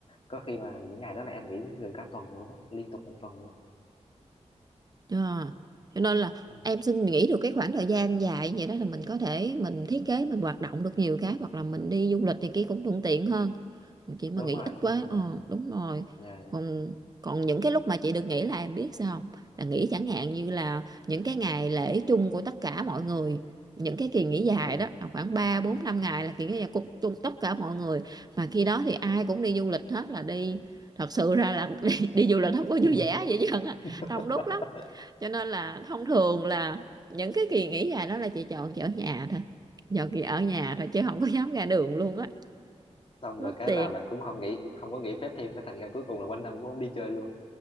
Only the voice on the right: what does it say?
Ờ. cho nên là
em xin nghỉ được cái khoảng thời gian dài như vậy đó là mình có thể mình thiết kế mình hoạt động được nhiều cái hoặc là mình đi du lịch thì kia cũng thuận tiện hơn chị mà
nghỉ
ít
quá
ờ
đúng rồi
còn còn những cái lúc mà chị được nghỉ là em biết sao không là nghỉ chẳng hạn như là những cái ngày lễ chung của tất cả mọi người những cái kỳ nghỉ dài
đó là khoảng 3 4 5 ngày là kỳ nghỉ dài của chung tất cả mọi người mà khi đó thì ai cũng đi du lịch hết là đi thật sự ra là <laughs> đi, đi du lịch không có
vui vẻ vậy chứ
đông đúc lắm cho nên là thông thường là những cái kỳ nghỉ dài đó là chị chọn chị ở nhà thôi chọn chị ở nhà thôi chứ không có dám ra đường luôn á
mất
tiền